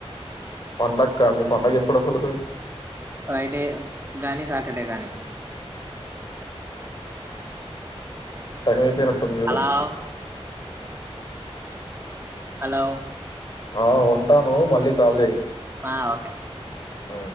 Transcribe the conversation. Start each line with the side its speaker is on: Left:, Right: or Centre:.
Left: పండక్కా మీ పండగ ఎప్పుడు అసలు ఇదీ.
Right: ఫ్రైడే గాని సాటర్డే గాని.
Left: టైం అయిప్ పోయినట్టుంది చూడూ
Right: హలో హలో
Left: ఆ ఉంటానూ మళ్లీ కాల్ చేయి.
Right: ఆ ఓకే
Left: ఊ